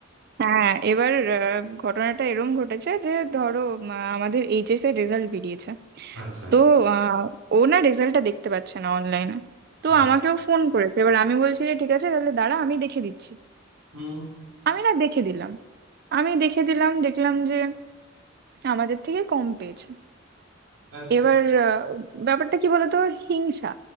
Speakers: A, on the right (about 50°); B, on the right (about 85°).
A: হ্যাঁ এবার আহ, ঘটনাটা এরম ঘটেছে যে ধরো উম, আহ, আমাদের এইচএস এর রেজাল্ট বেরিয়েছে
B: আচ্ছা
A: তো আহ, ও না রেজাল্টটা দেখতে পাচ্ছে না অনলাইনে তো
B: আ-
A: আমাকেও ফোন করেছে এবার আমি বলছি যে ঠিক আছে তাহলে দাঁড়া আমি দেখে দিচ্ছি
B: হুম
A: আমি না দেখে দিলাম আমি দেখে দিলাম দেখলাম যে আমাদের থেকে কম পেয়েছে
B: আচ্ছা
A: এবার আহ, ব্যাপারটা কি বলতো হিংসা